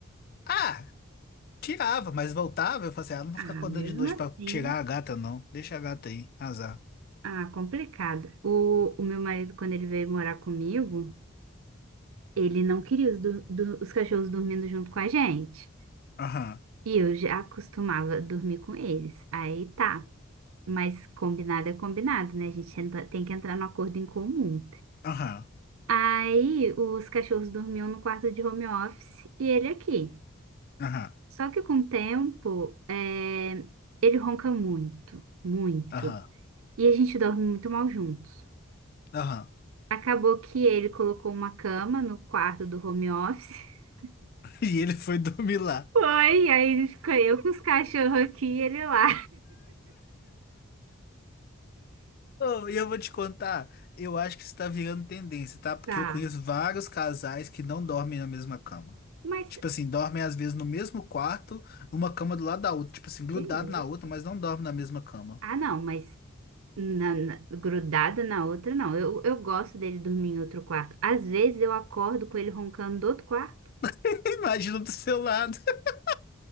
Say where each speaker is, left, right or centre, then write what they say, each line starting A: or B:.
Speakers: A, on the left; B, on the right.
A: Ah! Tirava, mas voltava. Eu falei assim, ah, não vou
B: Ah,
A: ficar acordando
B: mesmo
A: de noite pra
B: assim.
A: tirar a gata, não. Deixa a gata aí, azar.
B: Ah, complicado. O, o meu marido, quando ele veio morar comigo, ele não queria os, do- do- os cachorros dormindo junto com a gente.
A: Aham,
B: E eu já costumava dormir com eles. Aí tá. Mas combinado é combinado, né? A gente entra- tem que entrar no acordo em comum.
A: aham,
B: Aí os cachorros dormiam no quarto de home office e ele aqui.
A: aham,
B: Só que com o tempo, é, ele ronca muito, muito.
A: aham,
B: E a gente dorme muito mal juntos.
A: aham.
B: Acabou que ele colocou uma cama no quarto do home office. <laughs>
A: <laughs> E ele foi dormir lá.
B: Foi, e aí fica eu com os cachorros aqui e ele lá.
A: Oh, e eu vou te contar, eu acho que isso tá virando tendência, tá? Porque
B: Tá.
A: eu conheço vários casais que não dormem na mesma cama.
B: Mas
A: Tipo assim, dormem às vezes no mesmo quarto, uma cama do lado da outra, tipo assim, grudado
B: que isso?
A: na outra, mas não dormem na mesma cama.
B: Ah, não, mas na, na- grudada na outra, não. Eu, eu gosto dele dormir em outro quarto. Às vezes eu acordo com ele roncando do outro quarto.
A: <laughs> Imagina do seu lado. <laughs>